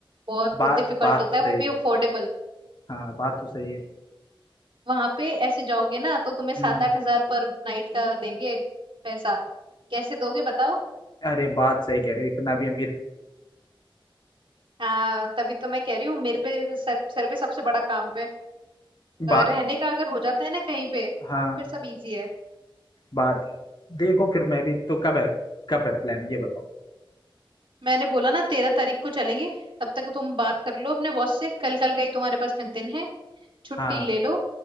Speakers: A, on the right; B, on the left.
A: बहुत
B: बात
A: डिफिकल्ट
B: बात
A: होता
B: तो सही
A: है वो भी
B: है
A: अफोर्डेबल
B: हाँ बात तो सही है
A: वहां पे ऐसे जाओगे ना तो तुम्हें सात
B: हम्म
A: आठ हजार पर नाइट का देंगे पैसा कैसे दोगे बताओ
B: अरे बात सही कह रहे हो इतना भी अमीर
A: हाँ तभी तो मैं कह रही हूँ मेरे पे सर सर पे सबसे बड़ा काम है अ,
B: नहीं। बात
A: रहने का अगर हो जाता है ना कहीं पे तो
B: हाँ
A: फिर सब इजी है
B: बात है देखो फिर मैं भी तो कब है कब है प्लान ये बताओ
A: मैंने बोला ना तेरह तारीख को चलेंगे तब तक तुम बात कर लो अपने बॉस से कल कल का ही तुम्हारे पास में दिन है छुट्टी
B: हाँ
A: ले लो